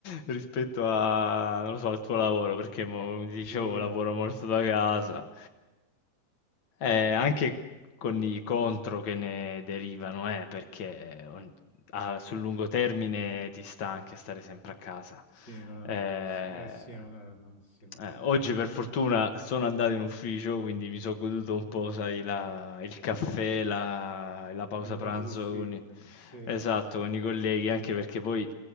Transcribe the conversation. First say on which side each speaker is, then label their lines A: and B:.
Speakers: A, on the left; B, on the left.
A: rispetto a, non lo so, al tuo lavoro, perché mo- come ti dicevo,
B: Sì,
A: lavoro
B: penso
A: molto
B: sicuramente.
A: da casa eh, anche con i contro che ne derivano, eh, perché on- a- sul lungo termine ti sta anche stare sempre a casa.
B: Sì, non
A: Eh,
B: è il massimo. Eh sì, non è il massimo.
A: eh, oggi per fortuna sono andato in ufficio, quindi mi sono goduto un po', sai, la- il caffè, la, la pausa
B: Le
A: pranzo
B: cose d'ufficio.
A: con i,
B: Sì,
A: esatto,
B: sì, sì.
A: con i colleghi, anche perché poi